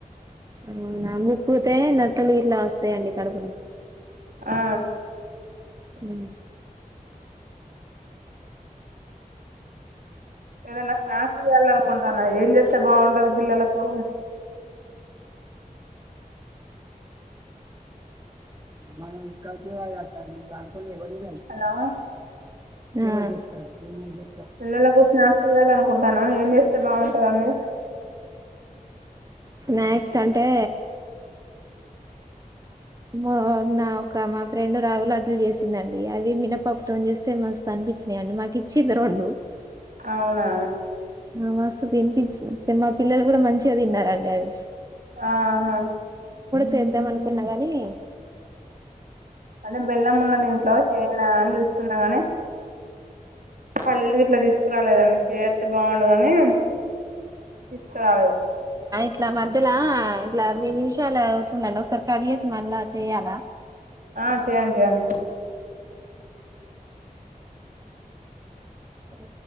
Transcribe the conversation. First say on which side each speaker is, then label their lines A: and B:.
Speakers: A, on the right; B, on the right.
A: నువ్ నమ్ముకుతే నట్టలిగిట్ ట్లా వస్తాయండి. కడూపుల
B: ఆ
A: హ్మ్
B: ఏదైనా స్నాక్స్ చేయాలి అనుకుంటున్నా. ఏం చేస్ స్తే భావుం టాది. పిల్లలాకు
A: మాన్ కంటే <unintelligible> కొన్ని వదిలాం
B: హలో
A: ఆ
B: పిల్లలకు స్నాక్స్ చేయ్యాలనుకుంటన్నాను ఏం చేస్ తె బాగుంటదండి?
A: స్నాక్స్ అంటే మో నా ఒక మా ఫ్రెండ్ రావ లడ్డుల్ చేసిందండి. అవి మినపప్పుతోని చేస్తే మస్తు అనిపించినాయండి. మాకిచ్చిండ రొండు
B: అవునా
A: మస్తు తినిపీచ్చు. మా పిల్లలు కూడా మంచిగా తిన్నారండి అవి.
B: ఆహా
A: చేద్దమనకున్నగాన్ ఇ
B: మనం బెల్ రమ్మన్నాన్ ఇంట్లో చేయనా అని చూస్ తుండ కాని, పల్లీలు గిట్లా తీసుకురాలేదండి చేత్తే బాగుండదని తీసుకురాలేదు.
A: ఇట్లా మధ్యలా ఇట్లా అర్ని నిమిషాలు అవుతుందండి ఒకసారి కడిగేసి మళ్ళా చెయాలా?
B: ఆ చేయండి చేయండి
A: సరే